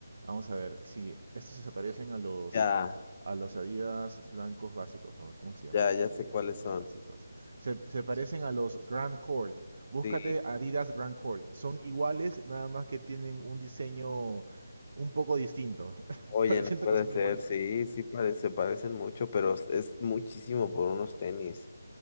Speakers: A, on the right; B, on the left.
A: Vamos a ver, sí, estos se parecen a los
B: Ya,
A: a los Adidas blancos básicos. ¿no? ¿Cómo se llaman
B: ya,
A: esos
B: ya sé
A: Adidas
B: cuáles
A: blancos
B: son.
A: básicos? Se, se parecen a los Grand Court. Búscate
B: Sí,
A: Adidas Grand Court. Son iguales, nada más que tienen un diseño un poco distinto. <laughs>
B: oye,
A: Pero
B: no
A: siento
B: puede
A: que son
B: ser,
A: iguales.
B: sí, sí parece, se parecen mucho, pero es es muchísimo por unos tenis.